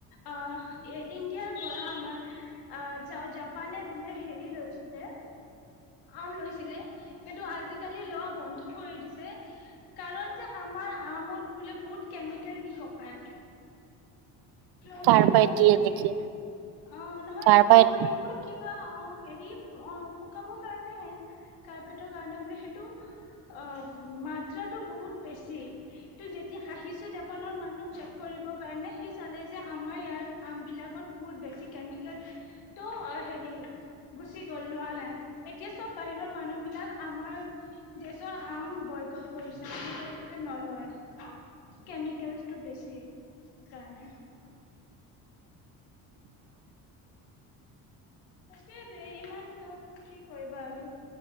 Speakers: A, on the left; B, on the right.
A: আহ ইণ্ডিয়াৰ পৰা আমাৰ আহ জাপানে বোলে হেৰি লৈছিলে আম লৈছিলে <unintelligible> কিন্তু আজিকালি লোৱা বন্ধ কৰি দিছে কাৰণ যে আমাৰ আমত বোলে বহুত কেমিকেল দি পকায় ক্লৰিন
B: কাৰ্বাইড
A: বা
B: দিয়ে
A: কি
B: নেকি
A: অ নহয়
B: কাৰ্বাইড
A: ক্লৰিন বা কিবা অ হেৰি অ কাৰ্পেটৰ কাৰণে হে কাৰ্পেটৰ কাৰণে বোলে সেইটো অ মাত্ৰাটো বহুত বেছিটো যেতিয়া জাপানৰ মানুহ চেক কৰিব কাৰণে সি চালে যে আমাৰ ইয়াৰ আম বিলাকত বহুত বেছি কেমিকেল টো হেৰি গুচি গলোৱা নাই এতিয়া চব বাহিৰৰ মানুহ বিলাক আমাৰ দেশৰ আম বয়কত কৰিছে নলয় কেমিকেলছটো বেছি কাৰণে সেইটোৱ ইমান চব ঠিক কৰিবা আৰু